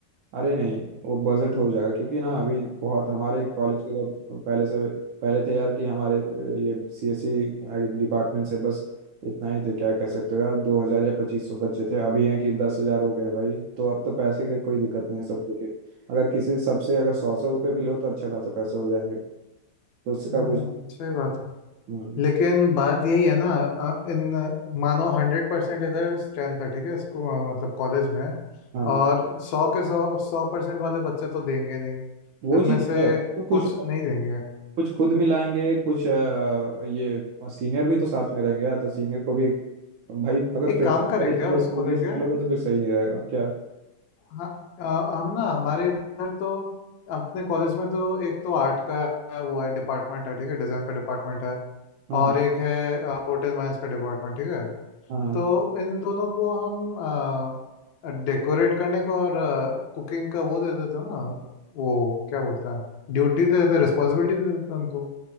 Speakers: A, on the right (about 75°); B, on the left (about 70°).
A: अरे नहीं वो बजट हो जाएगा क्योंकि ना अभी बहुत हमारे कॉलेज के जब पहले से पहले थे यार कि हमारे अ, ये सीएससी डिपार्टमेंट से बस इतना ही थे क्या कह सकते हो यार दो हजार या पच्चीस सौ बच्चे थे अभी हैं कि दस हजार हो गए हैं भाई तो अब तो पैसे का कोई दिक्कत नहीं है सबको के अगर किसी सबसे अगर सौ सौ रुपये भी लो तो अच्छा खासा पैसे हो जाएंगे तो उसका
B: हम्म
A: कुछ
B: सही बात है
A: हम्म,
B: लेकिन बात यही है ना अ, इन मानो हंड्रेड परसेंट इधर स्ट्रेंथ है ठीक है इसको अ, मतलब कॉलेज में
A: हाँ
B: और सौ के सौ सौ परसेंट वाले बच्चे तो देंगे नहीं
A: वो
B: इनमें
A: चीज़ है
B: से
A: तो कुछ
B: कुछ नहीं देंगे
A: कुछ खुद मिलाएंगे कुछ अ, ये सीनियर भी तो साथ में रहेंगे यार तो सीनियर को भी भाई अगर
B: एक
A: फ्रेशर
B: काम
A: पार्टी
B: करे क्या
A: करो तो
B: उसको
A: उन्हीं
B: लेके
A: से मिलोगे तो फिर सही नहीं रहेगा क्या
B: हाँ अ, हम ना हमारे इधर तो अपने कॉलेज में तो एक तो आर्ट का वो है डिपार्टमेंट है ठीक है डिज़ाइन का डिपार्टमेंट है
A: हाँ
B: और
A: हाँ
B: एक है होटल मैनेज का डिपार्टमेंट ठीक है
A: हाँ हाँ
B: तो इन दोनों को हम डेकोरेट करने का और कुकिंग का वो दे देते हैं ना वो क्या बोलते हैं ड्यूटी दे देते हैं रिस्पॉन्सिबिलिटी दे देते हैं उनको